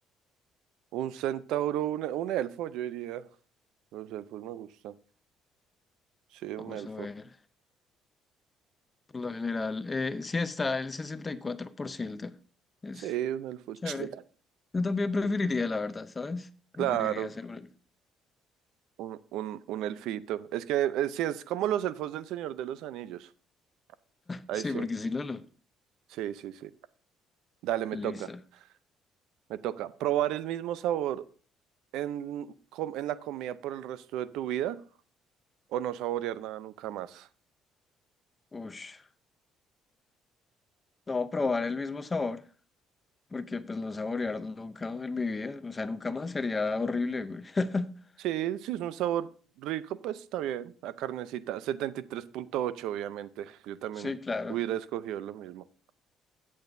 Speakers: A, on the right (about 80°); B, on the left (about 20°).
A: Un centauro, un, un elfo, yo diría. Los elfos me gustan. Sí, un
B: Vamos
A: elfo.
B: a ver. Por lo general, eh, sí está el 64%. Es
A: Sí, un elfo.
B: chévere.
A: <laughs>
B: Yo también preferiría, la verdad, ¿sabes? Preferiría
A: Claro,
B: ser un elfo.
A: un, un, un elfito. Es que eh, sí, es como los elfos del Señor de los Anillos. Ahí
B: Sí,
A: sí,
B: porque si no, no.
A: sí, sí, sí. Dale, me
B: Listo.
A: toca, me toca. ¿Probar el mismo sabor en, com- en la comida por el resto de tu vida o no saborear nada nunca más?
B: Ush. No, probar el mismo sabor. porque pues no saborear nunca en mi vida, o sea, nunca más sería horrible, güey. <laughs>
A: Sí, si es un sabor rico, pues está bien. La carnecita, setenta y tres punto ocho obviamente. Yo también
B: Sí, claro.
A: hubiera escogido lo mismo.